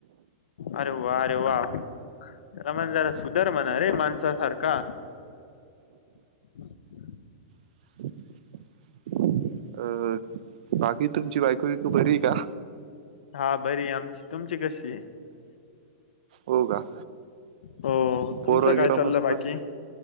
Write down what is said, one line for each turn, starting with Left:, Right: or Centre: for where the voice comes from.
Left: अरे वा अरे वा त्याला म्हण जरा सुधार म्हणा रे माणसा सारखा. हम् <inaudible>
Right: <inaudible> अं बाकी तुमची बायको, बियको बरी का?
Left: हा बरी आमची, तुमची कशी ये?
Right: हो. का?
Left: हो
Right: पोरं
Left: तुमचं काय
Right: गिरं
Left: चाललं
Right: मस्त
Left: बाकी?